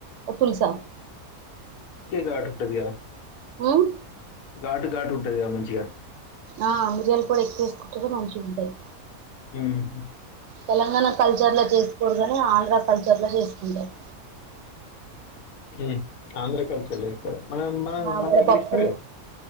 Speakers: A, on the right; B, on the left.
A: తులస
B: ఘాటు ఉంటుంది కదా
A: ఉమ్
B: ఘాటు ఘాటు ఉంటదిగా మంచిగా
A: ఆ మిరియాలు పొడి ఎక్కువ వేసుకుంటేనే మంచిగా ఉంటది
B: ఉమ్.
A: తెలంగాణ కల్చర్ లో చేసుకోరు కాని ఆంధ్ర కల్చర్ లో చేసుకుంటారు
B: మామ్ ఆంద్ర కల్చాల మ మన
A: ఆ
B: మనగ
A: వడపప్పు
B: ఇస్తర